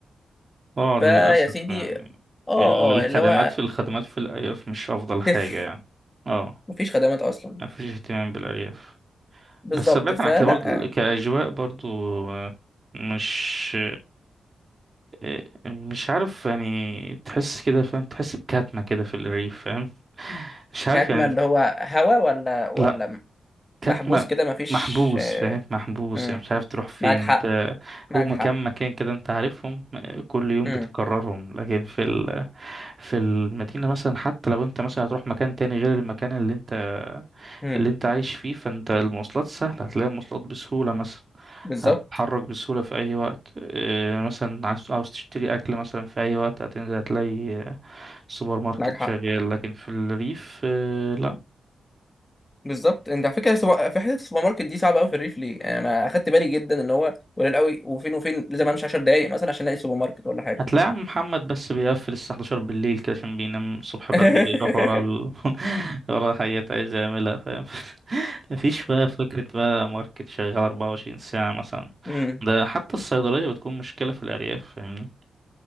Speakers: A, on the right; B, on the left.
A: اه
B: فيا
A: للأسف
B: سيدي
A: يعني
B: اه اه
A: ال- الخدمات
B: اللي هو
A: في الخدمات في الأرياف مش أفضل حاجة
B: صفر
A: يعني اه
B: مفيش خدمات اصلا
A: مفيش اهتمام بالأرياف
B: بالظبط
A: بس بعيدا
B: فلا
A: عن كده برضه كأجواء برضه آه، مش آه، مش عارف يعني تحس كده فاهم تحس بكتمة كده في الريف فاهم مش عارف
B: كاتما
A: يعني
B: اللي هو هوا ولا ولا
A: لا كتمة
B: محبوس كده مفيش
A: محبوس
B: آه،
A: فاهم محبوس
B: مم.
A: يعني مش عارف تروح فين
B: معاك حق
A: انت
B: معاك
A: هو مكان
B: حق
A: مكان كده انت عارفهم آه، كل يوم
B: مم.
A: بتكررهم لكن في ال... في المدينة مثلا حتى لو انت مثلا هتروح مكان تاني غير المكان اللي انت
B: مم.
A: اللي انت عايش فيه فانت المواصلات سهلة هتلاقي المواصلات بسهولة مثلا
B: بالظبط
A: هتتحرك بسهولة في أي وقت اه، مثلا عايز عاوز تشتري أكل مثلا في أي وقت هتنزل هتلاقي اه، السوبر ماركت
B: معاك حق
A: شغال لكن في الريف اه، لا
B: بالظبط انت على فكره سو- في حته السوبر ماركت دي صعبه قوي في الريف ليه يعني انا اخدت بالي جدا ان هو قليل قوي وفين وفين لازم امشي 10 دقائق مثلا عشان الاقي سوبر ماركت ولا حاجه
A: هتلاقي عم محمد بس بيقفل الساعة 11 بالليل كده عشان بينام الصبح بدري
B: <laughs>
A: يروح ورا ال... <laughs> ورا حاجات عايز يعملها فاهم <laughs> مفيش بقى فكرة بقى ماركت شغال 24 ساعة مثلا
B: مم.
A: ده حتى الصيدلية بتكون مشكلة في الأرياف فاهمني